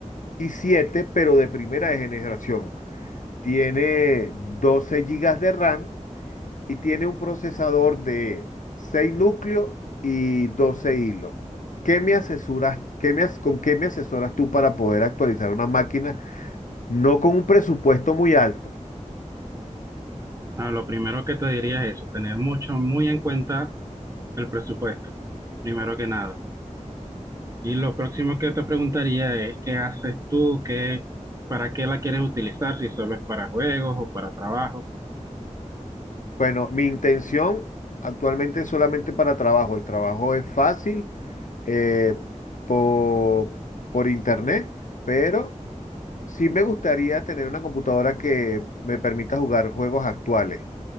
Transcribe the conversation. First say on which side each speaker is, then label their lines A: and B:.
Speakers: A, on the left; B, on the right.
A: i siete pero de primera generación. Tiene 12 gigas de RAM y tiene un procesador de 6 núcleos y 12 hilos. ¿Qué me asesoras, qué me as- con qué me asesoras tú para poder actualizar una máquina no con un presupuesto muy alto?
B: No, lo primero que te diría es eso, tener mucho, muy en cuenta el presupuesto, primero que nada. Y lo próximo que te preguntaría es, ¿qué haces tú? ¿Qué, para qué la quieres utilizar? Si solo es para juegos o para trabajo.
A: Bueno, mi intención actualmente es solamente para trabajo. El trabajo es fácil eh, po- por, internet, pero sí me gustaría tener una computadora que me permita jugar juegos actuales.